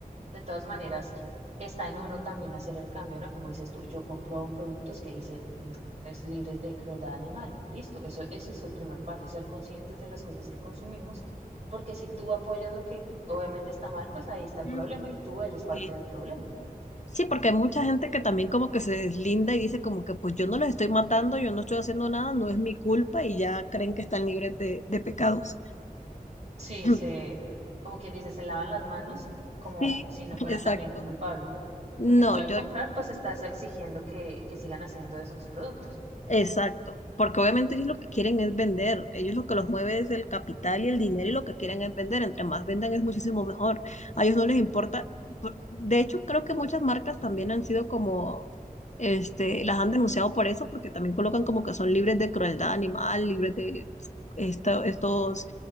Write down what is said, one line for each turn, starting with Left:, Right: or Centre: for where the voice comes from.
Right: De todas maneras, está en uno también hacer el cambio, ¿no? Como dices tú, yo compro productos que dicen mm, es libres de crueldad animal. Listo, eso, ese es el primer paso, ser conscientes de las cosas que consumimos, porque si tú apoyas lo que obviamente está mal, pues ahí está el
Left: Mm,
Right: problema y tú eres parte
Left: Sí.
Right: del problema.
Left: Sí, porque hay mucha gente que también como que se deslinda y dice como que pues yo no los estoy matando, yo no estoy haciendo nada, no es mi culpa y ya creen que están libres de, de pecados.
Right: Sí,
Left: <clears throat>
Right: se, como quien dice, se lavan las manos como
Left: Sí,
Right: si no fueran
Left: exacto.
Right: también culpables,
Left: No,
Right: porque tú al
Left: yo,
Right: comprar, pues estás exigiendo que, que sigan haciendo esos productos.
Left: exacto, porque obviamente ellos lo que quieren es vender, ellos lo que los mueve es el capital y el dinero y lo que quieren es vender, entre más vendan es muchísimo mejor, a ellos no les importa, por- de hecho creo que muchas marcas también han sido como, este, las han denunciado por eso, porque también colocan como que son libres de crueldad animal, libres de esto- estos